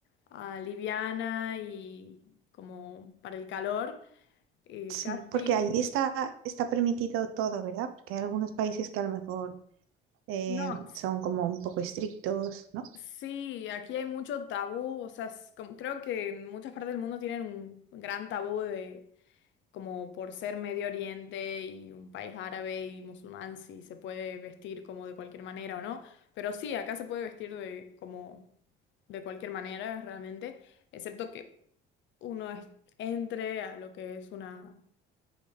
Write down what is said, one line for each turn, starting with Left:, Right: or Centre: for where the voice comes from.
Left: ah, liviana y como para el calor. eh,
Right: Sí,
Left: casi,
Right: porque allí está, está permitido todo, ¿verdad? Porque hay algunos países que a lo mejor eh,
Left: no,
Right: son como un poco estrictos, ¿no?
Left: sí, aquí hay mucho tabú, o sea, es como- creo que en muchas partes del mundo tienen un gran tabú de como por ser Medio Oriente y un país árabe y musulmán, si se puede vestir como de cualquier manera o no. Pero sí, acá se puede vestir de como de cualquier manera, realmente, excepto que uno es- entre a lo que es una,